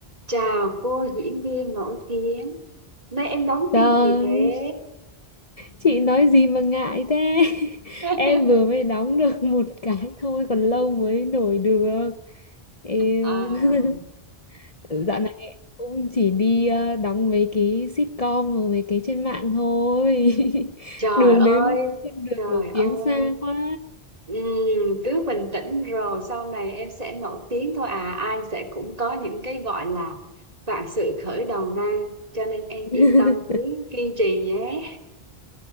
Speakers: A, on the right; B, on the left.
A: Chào cô diễn viên nổi tiếng. Nay em đóng
B: Trời,
A: phim gì thế?
B: chị nói gì mà ngại thế? <laughs>
A: <laughs>
B: Em vừa mới đóng được <laughs> một cái thôi, còn lâu mới nổi được. Yêu.
A: À,
B: <laughs> Dạo này em cũng chỉ đi ờ, đóng mấy cái sitcom hoặc mấy cái trên mạng thôi. <laughs>
A: trời
B: Đường
A: ơi,
B: đến trên đường
A: trời
B: nổi tiếng
A: ơi.
B: xa quá.
A: Ừm, cứ bình tĩnh rồi sau này em sẽ nổi tiếng thôi à. Ai sẽ cũng có những cái gọi là vạn sự khởi đầu nan. Cho nên em
B: <laughs>
A: yên tâm cứ kiên trì nhé.